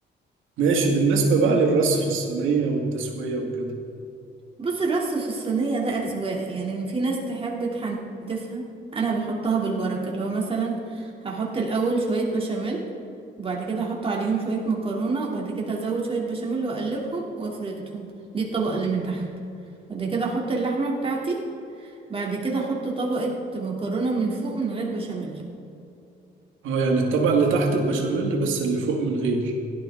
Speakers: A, on the right; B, on the right.
A: ماشي بالنسبه بقى للرص في الصينيه والتسويه وكده
B: بص الرص في الصينية ده أذواق يعني في ناس تحب تحنتفها أنا بحطها بالبركة اللي هو مثلا هحط الأول شوية بشاميل وبعد كده هحط عليهم شوية مكرونة وبعد كده أزود شوية بشاميل وأقلبهم وأفردهم دي الطبقة اللي من تحت بعد كده أحط اللحمة بتاعتي بعد كده أحط طبقة مكرونة من فوق من غير بشاميل
A: اه يعني الطبقه اللي تحت البشاميل بس اللي فوق من غير